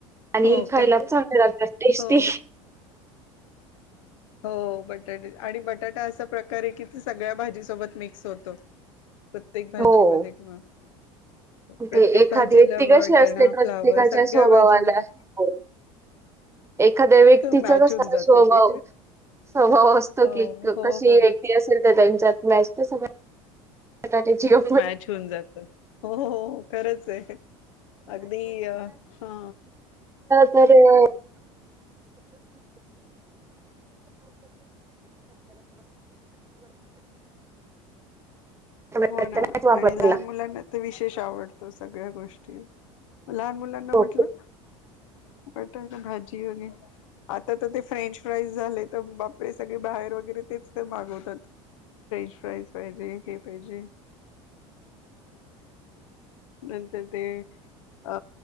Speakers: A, on the right; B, on the left.
A: आणि
B: हो
A: खायला
B: का
A: चांगले लागतात टेस्टी
B: हो हो बटाटे आणि बटाटा असा प्रकार आहे की ते सगळ्या भाजीसोबत मिक्स होतो प्रत्येक भाजी
A: हो.
B: मध्ये कमा प्रत्येक
A: ते एखादी
B: भाजीला
A: व्यक्ती कशी
B: वटणा
A: असते प्रत्येकाच्या
B: फ्लावर सगळ्या
A: स्वभावाला
B: भाजीमध्ये
A: हो. एखाद्या व्यक्तीचा
B: मॅच
A: कसा
B: होऊन जाते
A: स्वभाव
B: ते
A: स्वभाव असतो
B: हो
A: की कशी
B: हो हो
A: व्य असेल तर त्यांच्या मॅच तर सगळ त्या जिओ
B: मॅच होऊन जातात हो हो खरंच आहे अगदी अ हा
A: तरर नाहीच
B: हो ना
A: वापरला.
B: आणि लहान मुलांना ते विशेष आवडतो सगळ्या गोष्टी लहान मुलांना म्हटलं
A: हो
B: बटर तर भाजी होग आता तर ते फ्रेंच फ्राईज झाले तर बापरे सगळे बाहेर वगैरे तेच मागवतात फ्रेंच फ्राईज पाहिजे हे पाहिजे नंतर ते अ